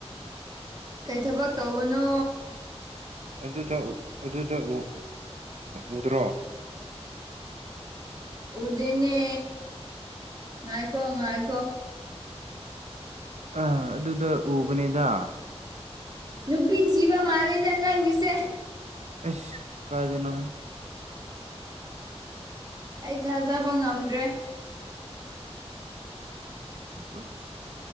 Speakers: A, on the right; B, on the right.
A: ꯀꯩ ꯊꯕꯛ ꯇꯧꯕꯅꯣ
B: ꯑꯗꯨꯗ ꯑꯗꯨꯗ ꯎ ꯎꯗ꯭ꯔꯣ
A: ꯎꯗꯅꯦ ꯉꯥꯏꯀꯣ ꯉꯥꯏꯀꯣ
B: ꯑ ꯑꯗꯨꯗ ꯎꯕꯅꯦꯗ
A: ꯗꯨꯕꯤ ꯖꯤꯕ ꯃꯥꯗ ꯅꯪꯤꯁꯦ
B: ꯑꯦꯁ ꯀꯥꯏꯗꯅꯣꯍꯦ
A: ꯑꯩ ꯊꯥꯖꯕ ꯉꯝꯗ꯭ꯔꯦ
B: ꯑ